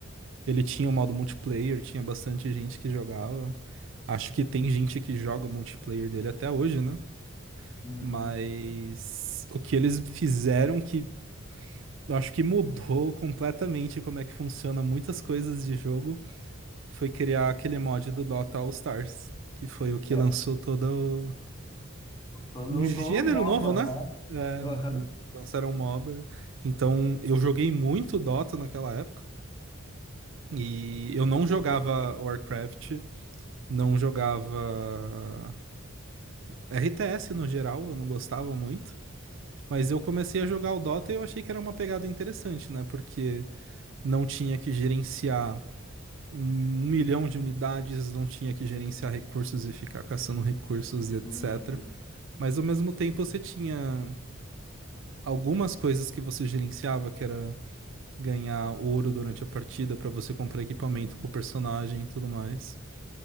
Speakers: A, on the right (about 65°); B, on the left (about 20°).
A: Ele tinha o modo multiplayer, tinha bastante gente que jogava. Acho que tem gente que joga o multiplayer dele até hoje, né?
B: uhum.
A: Mas o que eles fizeram que Eu acho que mudou completamente como é que funciona muitas coisas de jogo. Foi criar aquele mod do Dota All Stars, que foi o que
B: É,
A: lançou todo o-
B: todo,
A: um gênero
B: todo MOBA,
A: novo, né?
B: né?
A: É,
B: Aham.
A: lançaram um MOBA. Então, eu joguei muito Dota naquela época. E eu não jogava Warcraft, não jogava RTS no geral, eu não gostava muito. Mas eu comecei a jogar o Dota e eu achei que era uma pegada interessante, né? Porque não tinha que gerenciar um milhão de unidades, não tinha que gerenciar recursos e ficar caçando recursos, etc.
B: Uhum.
A: Mas ao mesmo tempo você tinha algumas coisas que você gerenciava, que era ganhar ouro durante a partida para você comprar equipamento pro personagem e tudo mais.